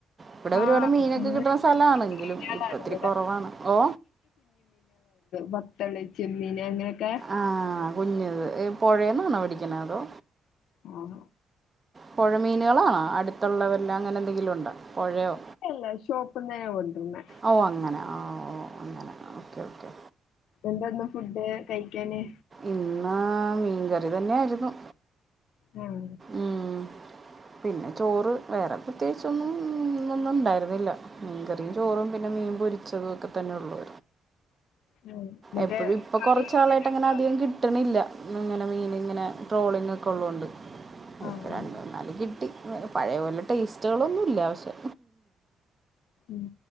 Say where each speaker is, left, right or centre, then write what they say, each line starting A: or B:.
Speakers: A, on the right (about 30°); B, on the left (about 75°).
A: ഇവിടെ ഒരുപാട്
B: ആഹ്
A: മീനൊക്കെ
B: ഫുള്ള്
A: കിട്ടുന്ന സ്ഥലമാണ്. എങ്കിലും
B: മീനാളാണ്
A: ഇപ്പ ഒത്തിരി
B: ഇവിടെ
A: കുറവാണ്. ഓ
B: പത്തല്, ചെമ്മീന് അങ്ങനെ ക <unintelligible>
A: ആ കുഞ്ഞത് പുഴേന്നാണോ പിടിക്കണേ? അതോ?
B: ഉം
A: പുഴമീനുകളാണോ അടുത്തുള്ളവരിലങ്ങനെ എന്തെങ്കിലും ഉണ്ടോ? പുഴയോ
B: ഇല്ല ഷോപ്പ്ന്നേനെ കൊണ്ടന്ന്
A: ഓ അങ്ങനെ ആ ഓ അങ്ങനെ ഓക്കെ ഓക്കെ.
B: എന്താന്ന് ഫുഡ് കഴിക്കാന്?
A: ഇന്ന് മീൻകറി തന്നെയായിരുന്നു.
B: ഉം-
A: ഉം. പിന്നെ ചോറ് വേറെ പ്രത്യേകിച്ചൊന്നുംഇന്ന് ഒന്നും ഒ ണ്ടായിരുന്നില്ല. മീൻ കറിയും ചോറും പിന്നെ മീൻ പൊരിച്ചതും ഒക്കെ തന്നെ ഉള്ളു.
B: ഉം മറ്റേ
A: എപ്പഴും ഇപ്പൊ
B: കളി
A: കൊറച്ച്
B: കാണലുണ്ടോ
A: നാ ളായിട്ട് അങ്ങനെ അധികം കിട്ട്ണില്ല. ഇങ്ങനെ മീൻ ഇങ്ങനെ ട്രോളിങ് ഒക്കെ ഉള്ളോണ്ട്.
B: ആഹ്
A: ഇപ്പരണ്ട് മൂന്നാല് കിട്ടി- പഴയപോലെ ടേസ്റ്റുകളൊന്നുംല്ല പക്ഷെ?
B: ഉം